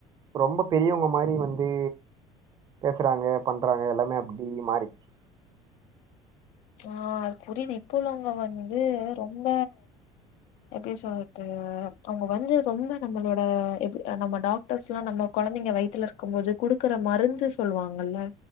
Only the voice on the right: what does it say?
ரொம்ப பெரியவங்க மாரி வந்து பேசுறாங்க பண்றாங்க எல்லாமே அப்டி மாரிருச்சு